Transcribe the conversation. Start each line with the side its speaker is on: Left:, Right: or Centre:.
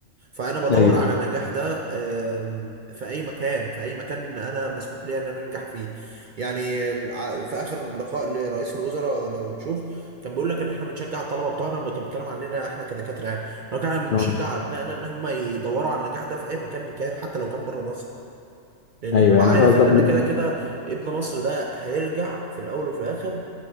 Right: فانا بدور
Left: ايوه
Right: على النجاح ده آم، في اي مكان في اي مكان انا مسموح لي ان انا انجح فيه يعني الع- في اخر لقاء لرئيس الوزراء لو تشوف كان بيقول لك ان احنا بنشجع الطلبه بتوعنا كان بيتكلم عننا احنا كدكاتره يعني إن هو كان بنشجع
Left: آه.
Right: ابنائنا ان هم يدوروا على النجاح ده في اي مكان كان حتى لو كان بره مصر لان
Left: ايوه
Right: هو
Left: يعني
Right: عارف
Left: انت قصدك
Right: ان انا كده كده ابن مصر ده هيرجع في الاول وفي الاخر